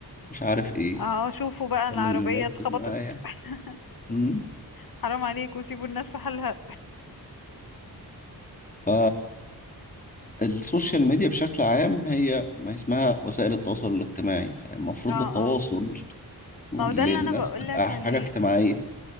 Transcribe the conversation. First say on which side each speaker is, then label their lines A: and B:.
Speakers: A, on the left; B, on the left.
A: مش عارف إيه
B: اه شوفوا بقى
A: ولا
B: العربية
A: اللي مركز
B: اتخبطت
A: معايا
B: <laughs>
A: مم.
B: حرام عليكوا سيبوا الناس في حالها
A: ف السوشيال ميديا بشكل عام هي ما اسمها وسائل التواصل الاجتماعي فالمفروض
B: اه
A: للتواصل
B: اه
A: للناس
B: ما هو ده اللي انا بقولك
A: تبقى حاجة
B: عليه
A: اجتماعية